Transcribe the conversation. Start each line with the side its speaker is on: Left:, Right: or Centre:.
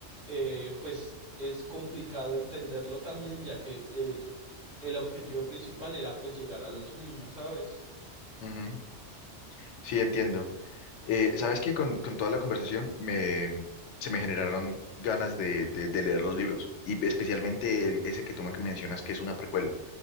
Right: eh, pues es complicado entenderlo también, ya que el, el objetivo principal era pues llegar a los niños, ¿sabes?
Left: ujú, sí, entiendo. Eh, sabes que con, con toda la conversación me, se me generaron ganas de, de- de leer los libros, y especialmente el- ese que tú me mencionas que es una precuela.